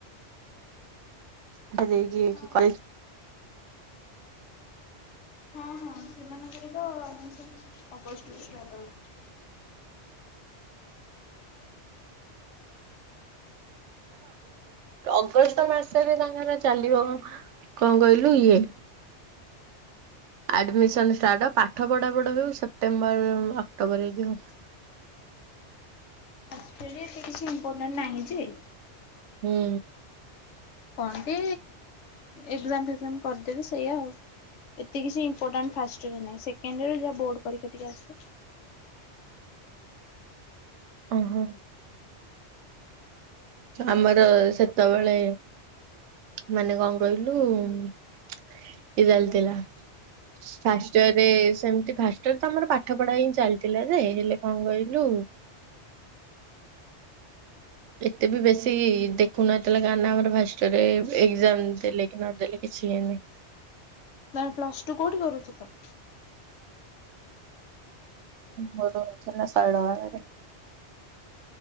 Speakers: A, on the right (about 85°); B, on the left (about 85°).
A: ଏଟା ଦେଇକି ଯାଇଛି
B: ହଁ
A: କଲେଜ।
B: ହଁ ହଁ ସେମାନଙ୍କର ତ ଅଗଷ୍ଟ ଷ୍ଟାର୍ଟ ହବ।
A: ଅଗଷ୍ଟ ମାସରେ ତାଙ୍କର ଚାଲିବ। କଣ କହିଲୁ ଇଏ? ଆଡମିସନ ଷ୍ଟାର୍ଟ ପାଠ ପଢାପଢା ହଉ ସେପ୍ଟେମ୍ବର ଅକ୍ଟୋବର ହେଇଯିବ।
B: ହଷ୍ଟେଲରେ ଏତେ କିଛି ଇମ୍ପୋର୍ଟାଣ୍ଟ ନାହିଁ ଯେ
A: ହୁଁ।
B: କଣନ୍ତି ଏକ୍ଜାମ ଫକ୍ସାମ କରିଦେବି ସେଇଆ ଆଉ। ଏତେ କିଛି ଇମ୍ପୋଟାଣ୍ଟ ଫାଷ୍ଟ ରେ ନାହିଁ ସେକେଣ୍ଡ ରେ ଯାହା ବୋର୍ଡ ପରୀକ୍ଷା ଟିକେ ଅଛି।
A: ଉଁ ହୁଁ। ଆମର ସେତେବେଳେ ମାନେ କଣ କହିଲୁ କି ଚାଲିଥିଲା? ଫାଷ୍ଟ ଇୟରରେ ସେମିତି ଫାଷ୍ଟ ଇୟର ତମର ପାଠ ପଢା ହିଁ ଚାଲିଥିଲା ଯେ ହେଲେ କଣ କହିଲୁ? ଏତେ ବି ବେଶୀ ଦେଖୁନାହାଥିଲା କାଁ ଆମର ଭାଷ୍ଟରେ ଏକ୍ଜାମ ଦେଲେ କି ନ ଦେଲେ କିଛି ହେଇନିଁ।
B: ନାଇ ପ୍ଲସ୍ ଟୁ କଉଠି କରୁଥିଲ?
A: ମର ନା ସାଇଳ ବାଳାରେ।